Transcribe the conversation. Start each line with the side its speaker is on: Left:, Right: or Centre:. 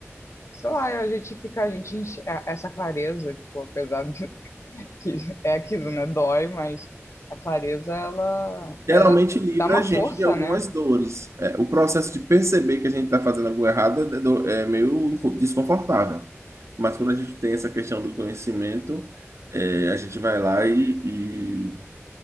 Left: sei lá, a gente fica, a gente enche- a- essa clareza, tipo, apesar de <laughs> que é aquilo, né? Dói, mas a clareza, ela,
Right: Geralmente
Left: ela
Right: livra
Left: dá uma
Right: a
Left: força,
Right: gente de algumas
Left: né?
Right: dores. É, o processo de perceber que a gente está fazendo algo errado é, do- é meio desconfortável. Mas quando a gente tem essa questão do conhecimento, é, a gente vai lá e,